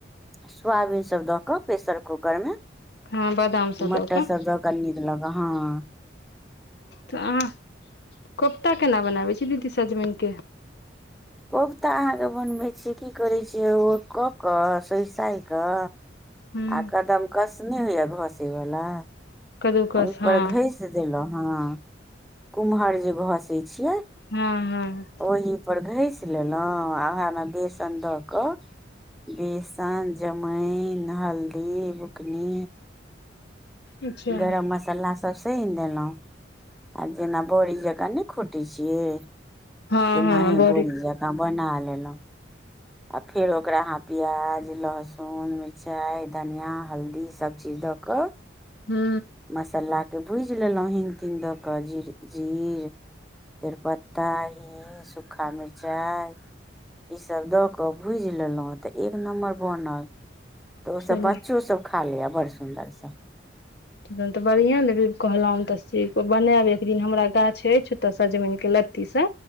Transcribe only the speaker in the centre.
सोयाबीन सब दऽ कऽ प्रेशर कूकर मे
मटर
सब दऽ क <unintelligible>
कोप्ता अहाँके बनबै छिय की करै छियै ओ कऽ कऽ सोइ साइ कऽ
आ कदम कस नहि होइया घसे वला
ओहि
पर घसि देलहुँ हें कुम्हर जे घसे छियै
ओहि पर घसि लेलहुँ आ ओहे मे बेसन दऽ कऽ बेसन जमाइन हल्दी बुकनी
गरम मसाला सब सहिन देलहुं आ जेना बड़ी जकाँ नहि खोटे छियै
तनहि
बोड़ी जका बना लेलू आ फेर ओकरा अहाँ प्याज लहसुन मिरचाइ धनिया हल्दी सभचीज दऽ कऽ
मसालाके भूजि लेलहुँ हिंग तिंग दऽ कऽ जीर जीर तेजपत्ता हिंग सु्खा मिर्चाइ ई सब दऽ कऽ भुजि लेलहुँ तऽ एक नम्बर बनल तऽ ओसभ
बच्चो सब खा लेया बड़ सुदर सऽ